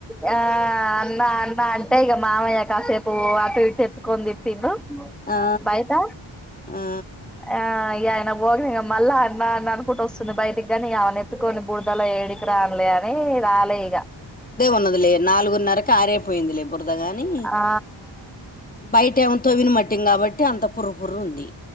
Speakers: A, in the centre; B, on the left.
A: ఆహ్ అన్నా అన్న అంటే ఇగ మామయ్య కాసేపు అటు ఇటు ఎత్కంది తిప్పిండు
B: ఆ
A: బయత
B: ఆ
A: ఆహ్ ఆయన బోగ మళ్ళా అన్న అన్న అనుకుంటూ వస్తుంది బయటికి గానీ ఇగ ఆమెన ఎత్తుకొని బురుదల ఏడికి రానలేని రాలే ఇగా
B: ఉన్నది లే నాలుగున్నరకి ఆరేపోయింది లే పురద గాని
A: ఆ
B: బయట ఏమో తవిన మట్టిం ఇంగ కాబట్టి అంత పుర పురు ఉంది